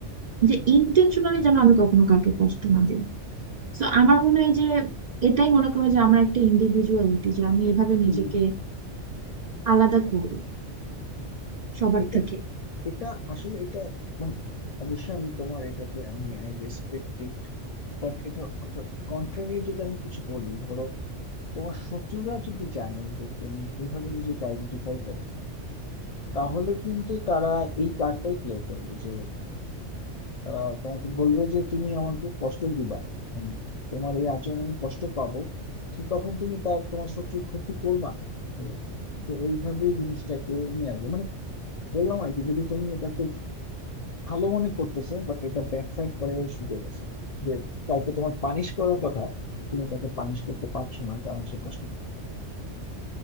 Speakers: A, on the right (about 55°); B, on the left (about 75°).
A: যে ইন্টেনশনালি যেন আমি কখনো কাউকে কষ্ট না দিই তো আমার মনে হয় যে এটাই মনে করে যে আমার একটা ইন্ডিভিজুয়ালিটি যে আমি এভাবে
B: হুম,
A: নিজেকে আলাদা করি
B: হুম।
A: সবার
B: এটা
A: থেকে
B: এটা আসলে এটা মানে অবশ্যই আমি তোমার এটাকে আমি আই রেসপেক্ট ইট বাট এটা কন্ট্রারি যদি আমি কিছু বলি ধরো তোমার শত্রুরা যদি জানে যে তুমি এইভাবে নিজেকে আইডেন্টিফাই করো তাহলে কিন্তু তারা এই কার্ডটাই প্লে করবে যে তারা তোমাকে বলবে যে তুমি আমাকে কষ্ট দিবা মানে তোমার এই আচরণ আমি কষ্ট পাবো তো তখন তুমি তার তোমার শত্রুর ক্ষতি করবা না। তো তো ওইভাবেই জিনিসটাকে নিয়ে আসবে মানে বললাম আর কি যদি তুমি এটাকে ভালো মনে করতেছো বাট এটা ব্যাকসাইড করে শুরু গেছে যে কাউকে তোমার পানিশ করার কথা তুমি তাকে পানিশ করতে পারছো না কারণ সে কষ্ট করে